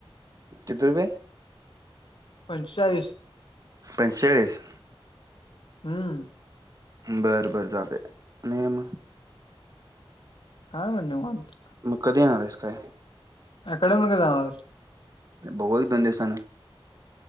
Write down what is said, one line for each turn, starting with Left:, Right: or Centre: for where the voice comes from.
Right: किती रुपये?
Left: पंचेचाळीस.
Right: पंचेचाळीस.
Left: हम्म.
Right: बरं बर चालतय दया आणि काय मग?
Left: काय नाही ब निवांत.
Right: मग कधी येणार आहेस काय?
Left: अकॅडमीला जाणार हाईस.
Right: बघू एक दोन दिवसान